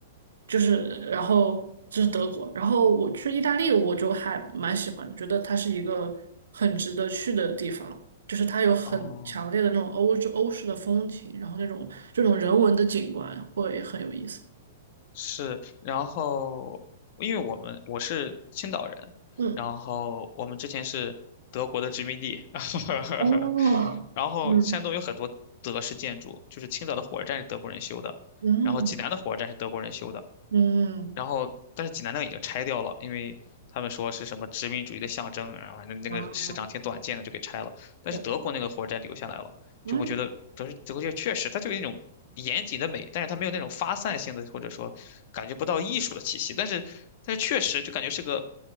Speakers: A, on the right (about 65°); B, on the left (about 45°).
A: 就是然后这是德国，然后我去意大利，我就还蛮喜欢的，觉得它是一个很值得去的地方。就是它有很强烈的那种欧洲欧式的风情，
B: 哦，
A: 然后那种这种人文的景观会很有意思。
B: 是。然后，因为我们我是青岛人，
A: 嗯
B: 然后我们之前是德国的殖民地，<laughs>
A: 哦，
B: 然后山东有很多德式建筑，
A: 嗯，
B: 就是青岛的火车站是德国人修的，
A: 嗯
B: 然后济南的火车站是德国人修的。
A: 嗯
B: 然后但是济南那个已经拆掉了，因为他们说是什么殖民主义的象征，然后反正那个市长挺短见的，
A: 啊，
B: 就给拆了。但是德国那个火车站留下来了，
A: 哦嗯，
B: 就我觉得德是德国就确实它就有一种严谨的美，但是它没有那种发散性的，或者说感觉不到艺术的气息。但是但是确实就感觉是个，